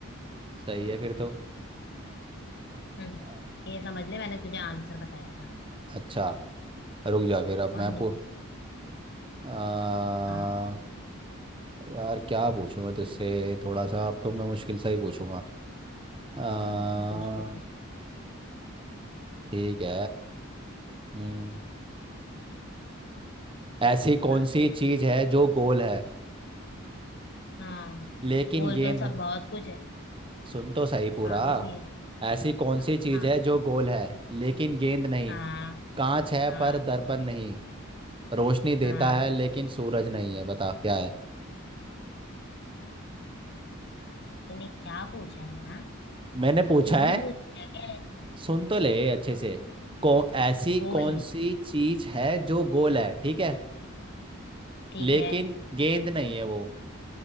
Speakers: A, on the right; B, on the left.
A: सही है फिर तो
B: हम्म
A: अ-
B: ये समझ ले मैंने तुझे आंसर बताया था
A: अच्छा रुक जा फिर अब
B: और
A: मैं
B: नहीं
A: पू
B: तो
A: आ,
B: हाँ
A: यार क्या पूछूं मैं तुझसे थोड़ा सा अब तो मैं मुश्किल सा ही पूछूंगा अ,
B: हम्म हम्म, पूछ ले पूछ ले
A: ठीक है हम्म,
B: हम्म।
A: ऐसी
B: इंतजार
A: कौन सी
B: करेंगे
A: चीज है जो गोल है
B: हाँ
A: लेकिन
B: बोल
A: गेंद
B: तो सब बहुत कुछ है
A: सुन तो सही पूरा
B: आगे भी है
A: ऐसी कौन
B: हाँ
A: सी चीज
B: हाँ
A: है जो गोल है लेकिन गेंद नहीं
B: हाँ
A: कांच है
B: हाँ
A: पर दर्पण नहीं रोशनी देता
B: हाँ
A: है लेकिन सूरज नहीं है बता क्या है
B: ये तूने क्या पूछा है हाँ
A: मैंने पूछा
B: कुछ भी
A: है
B: पूछ लिया क्या ऐसे
A: सुन तो ले अच्छे से कौन ऐसी
B: बोल
A: कौन सी चीज है जो गोल है ठीक है
B: ठीक
A: लेकिन
B: है
A: गेंद नहीं है वो